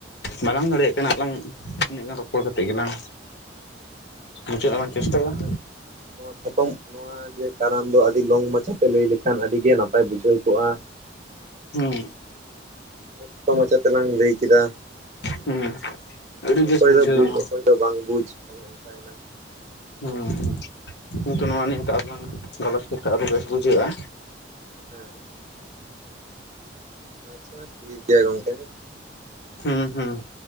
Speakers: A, on the left (about 65°); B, on the right (about 40°).
A: ᱵᱟᱞᱟᱝ ᱫᱟᱲᱮᱭᱟᱜ ᱠᱟᱱᱟ ᱞᱟᱝ ᱩᱱᱟᱹᱜ ᱜᱟᱱ ᱨᱚᱯᱚᱲ ᱠᱟᱛᱮᱜ ᱜᱮᱞᱟᱝ ᱢᱩᱪᱟᱹᱫ ᱞᱟᱝ ᱪᱮᱥᱴᱟᱭᱟ
B: ᱮᱠᱷᱟᱱ ᱱᱚᱣᱟ ᱥᱟᱛᱟᱢ ᱱᱚᱣᱟ ᱡᱮ ᱠᱟᱨᱟᱢ ᱫᱚ ᱟᱹᱰᱤ ᱞᱚᱝ ᱢᱟᱪᱷᱟᱛᱮ ᱞᱟᱹᱭ ᱞᱮᱠᱷᱟᱱ ᱟᱹᱰᱤ ᱜᱮ ᱱᱟᱯᱟᱭ ᱵᱩᱡᱷᱟᱹᱣ ᱠᱚᱜᱼᱟ᱾
A: ᱦᱩᱸ
B: ᱠᱷᱟᱴᱚ ᱢᱟᱪᱷᱟ ᱛᱮᱞᱟᱝ ᱞᱟᱹᱭ ᱠᱮᱫᱟ
A: ᱦᱩᱸ ᱟᱹᱰᱤ ᱵᱮᱥ
B: ᱚᱠᱚᱭ
A: ᱵᱩᱡᱷᱟᱹᱣᱱᱟ
B: ᱫᱚ ᱵᱩᱡᱽ ᱚᱠᱚᱭ ᱫᱚ ᱵᱟᱝ ᱵᱩᱡᱽ ᱚᱱᱮ ᱚᱝᱠᱟᱭᱱᱟ᱾
A: ᱦᱩᱸ ᱠᱤᱱᱛᱩ ᱱᱚᱣᱟ ᱱᱤᱭᱟᱹ ᱛᱮ ᱟᱨᱦᱚᱸᱢ ᱞᱟᱝ ᱜᱟᱞᱚᱪ ᱞᱮᱠᱷᱟᱡ ᱟᱨᱚ ᱵᱮᱥ ᱵᱩᱡᱷᱟᱹᱜᱼᱟ᱾
B: ᱦᱮᱸ ᱟᱪᱪᱷᱟ ᱴᱷᱤᱠ ᱜᱮᱭᱟ ᱜᱚᱝᱠᱮ ᱦᱮᱸ᱾
A: ᱦᱩᱸ ᱦᱩᱸ